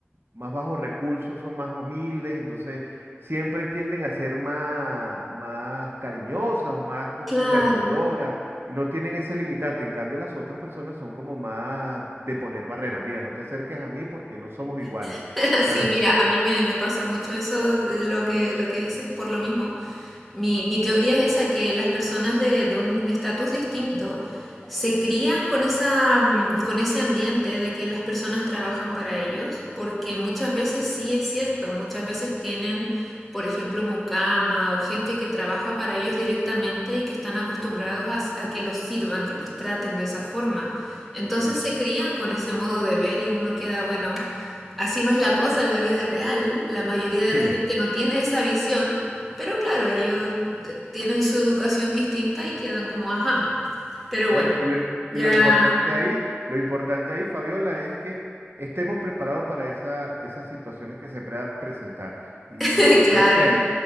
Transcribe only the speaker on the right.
más bajos recursos son más humildes, entonces siempre tienden a ser más, más cariñosas o más conversadoras,
y no tienen ese limitante, en cambio las otras personas son como más de poner barrera, mira, no te acerques a mí porque no somos iguales,
pero
<laughs>
ujú,
sí.
Bueno,
y lo, y
lo importante ahí, lo importante ahí, Fabiola, es que estemos preparados para esa- esas situaciones que se puedan presentar. Y
yo
creo que